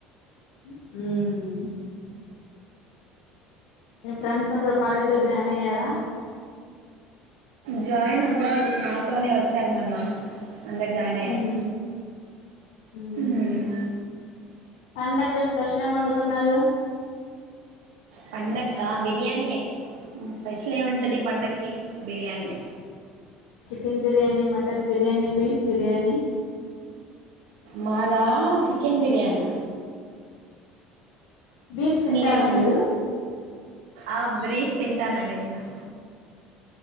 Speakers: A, on the left; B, on the right.
A: మ్ మీ ఫ్రెండ్స్ అందరు కాలేజ్ లో జాయిన్ అయ్యార
B: జాయిన్ అవ్వారు నాతోనే వచ్చారు మొన్న అందరు జాయిన్ అయ్యారు
A: ఉమ్ ఉమ్
B: మ్
A: పండగ స్పెషల్ ఏం వండుకున్నారు
B: పండక్క బిర్యానీయే ఇంకా స్పెషల్ ఎం ఉం ట్టది పండక్కి బిర్యానీయే
A: chicken biryani mutton biryani beef biryani
B: మాదా చికెన్ బిర్యానీ
A: బీఫ్ తింటారా
B: మీరేం వండ్
A: మీరు
B: ఆ బ్రీఫ్ తీం టానండి నేను